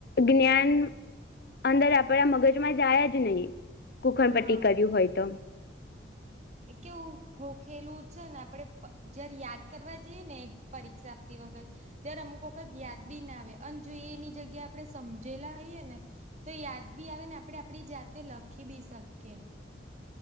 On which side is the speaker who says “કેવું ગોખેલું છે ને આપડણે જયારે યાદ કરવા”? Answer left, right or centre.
Right